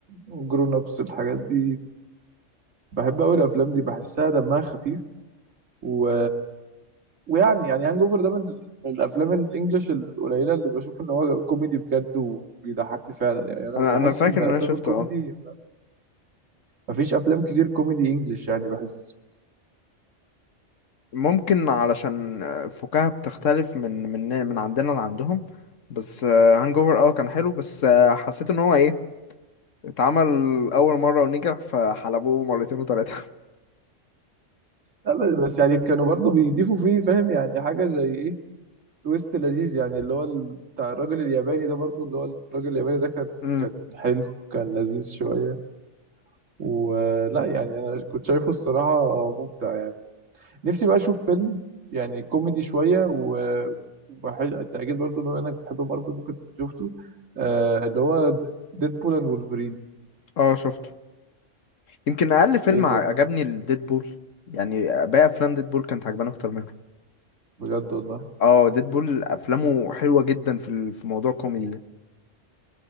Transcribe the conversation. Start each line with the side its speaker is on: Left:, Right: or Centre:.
Right: جرون ابس الحاجات دي بحب قوي الافلام دي بحسها دمها خفيف و... ويعني يعني هانج اوفر ده من من الافلام الانجليش القليله اللي بشوف ان هو كوميدي بجد وبيضحكني فعلا يعني انا
Left: انا
Right: بحس
Left: انا فاكر
Right: ان
Left: ان
Right: افلام
Left: انا شفته
Right: الكوميدي
Left: اه
Right: مفيش افلام كتير كوميدي انجليش يعني بحس
Left: ممكن علشان آه، فكاهة بتختلف من من من عندنا لعندهم بس هانج اوفر اه Hangover آه كان حلو بس آه، حسيت ان هو ايه اتعمل اول مرة ونجح فحلبوه مرتين وتلاتة
Right: لا ب- بس يعني كانوا برضه بيضيفوا فيه فاهم يعني حاجه زي ايه تويست لذيذ يعني اللي هو ال- بتاع الراجل الياباني ده برضه اللي هو الراجل الياباني ده كان
Left: <laughs> امم
Right: كان حلو كان لذيذ شويه ولا يعني انا كنت شايفه الصراحه ممتع نفسي بقى اشوف فيلم يعني كوميدي شويه و وبحل... التأكيد برضو بما انك بتحب مارفل ممكن تكون شفته آه اللي هو ديدبول اند وولفرين
Left: اه شفته يمكن اقل فيلم
Right: ايه
Left: ع-
Right: طب
Left: عجبني الديدبول يعني باقي افلام ديدبول كانت عجباني اكتر منه
Right: بجد والله
Left: اه ديدبول افلامه حلوة جدا في ال- في موضوع كوميدي ده